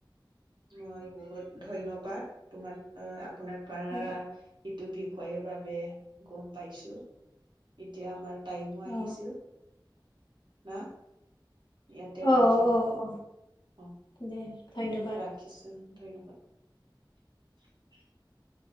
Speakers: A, on the right; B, on the left.
A: মই বহুত ধন্যবাদ। তোমাৰ আ আপোনাৰ পৰা
B: হয় ন?
A: এইটো বিষয়ৰ বিষয়ে গম পাইছোঁ। এতিয়া আমাৰ টাইমো আহিছিল,
B: অ'
A: ন ইয়াতে
B: অ'
A: ৰাখিম
B: অ', অ',
A: অ
B: দে ধন্যবাদ।
A: <unintelligible> ধন্যবাদ। <unintelligible>